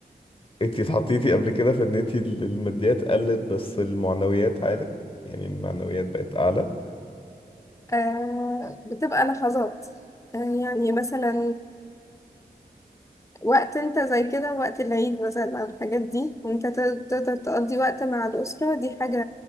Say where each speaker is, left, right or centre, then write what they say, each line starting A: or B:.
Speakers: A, on the left; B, on the left.
A: انت اتحطيتي قبل كده في ان انت ال- الماديات قلت بس المعنويات عالت يعني المعنويات بقت اعلى
B: آه بتبقى لحظات آه يعني مثلا وقت انت زي كده وقت العيد مثلا او الحاجات دي وانت ت- تقدر تقضي وقت مع الاسره دي حاجه